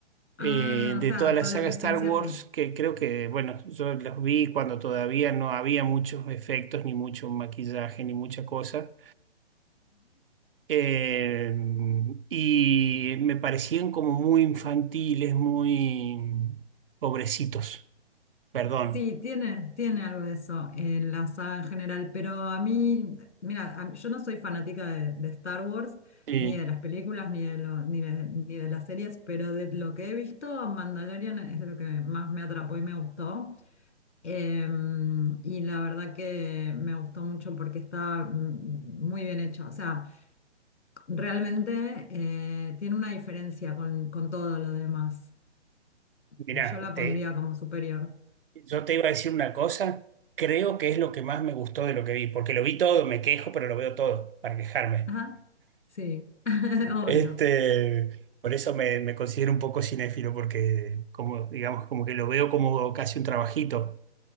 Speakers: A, on the right; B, on the left.
A: eh,
B: Ah,
A: de
B: o sea,
A: toda la
B: todo
A: saga
B: lo que
A: Star
B: es ciencia
A: Wars,
B: ficción.
A: que creo que, bueno, yo los vi cuando todavía no había muchos efectos, ni mucho maquillaje, ni mucha cosa. Eh, y me parecían como muy infantiles, muy pobrecitos, perdón.
B: Sí, tiene, tiene algo de eso en la saga en general, pero a mí, mira, a yo no soy fanática de, de Star Wars,
A: Sí.
B: ni de las películas, ni de, lo- ni de, ni de las series, pero de lo que he visto, Mandalorian es lo que más me atrapó y me gustó. Em, y la verdad que me gustó mucho porque está mm, muy bien hecha. O sea, realmente eh, tiene una diferencia con, con todo lo demás.
A: Mirá,
B: Yo la
A: te,
B: pondría como superior.
A: Yo te iba a decir una cosa, creo que es lo que más me gustó de lo que vi, porque lo vi todo, me quejo, pero lo veo todo para quejarme.
B: Ajá, sí, <laughs> obvio.
A: Este, por eso me, me considero un poco cinéfilo, porque como, digamos, como que lo veo como casi un trabajito.